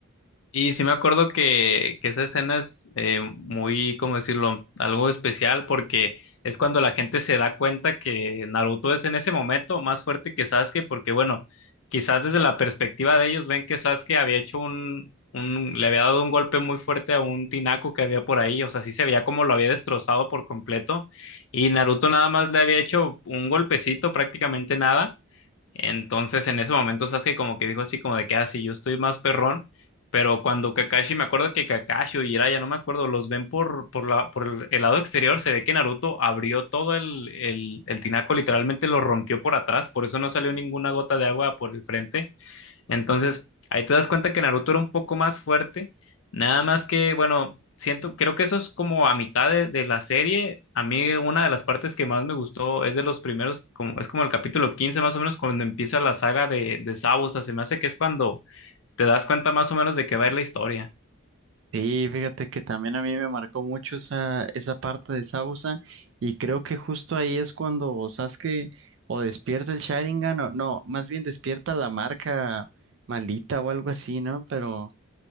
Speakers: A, on the left (about 65°); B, on the right (about 55°).
A: Y sí me acuerdo que, que esa escena es eh, muy, ¿cómo decirlo?, algo especial porque es cuando la gente se da cuenta que Naruto es en ese momento más fuerte que Sasuke, porque bueno, quizás desde la perspectiva de ellos ven que Sasuke había hecho un, un, le había dado un golpe muy fuerte a un tinaco que había por ahí, o sea, sí se veía como lo había destrozado por completo, y Naruto nada más le había hecho un golpecito, prácticamente nada. Entonces, en ese momento Sasuke como que dijo así como de que, así yo estoy más perrón, pero cuando Kakashi, me acuerdo que Kakashi o Jiraiya, no me acuerdo, los ven por, por la, por el, el lado exterior, se ve que Naruto abrió todo el, el, el tinaco, literalmente lo rompió por atrás, por eso no salió ninguna gota de agua por el frente. Entonces, ahí te das cuenta que Naruto era un poco más fuerte, nada más que, bueno, siento, creo que eso es como a mitad de, de la serie. A mí una de las partes que más me gustó es de los primeros, como, es como el capítulo 15 más o menos, cuando empieza la saga de, de Zabuza, se me hace que es cuando te das cuenta más o menos de qué va a ir la historia.
B: Sí, fíjate que también a mí me marcó mucho esa, esa parte de Zabuza y creo que justo ahí es cuando Sasuke o despierta el Sharingan o no, más bien despierta la marca malita o algo así, ¿no? Pero...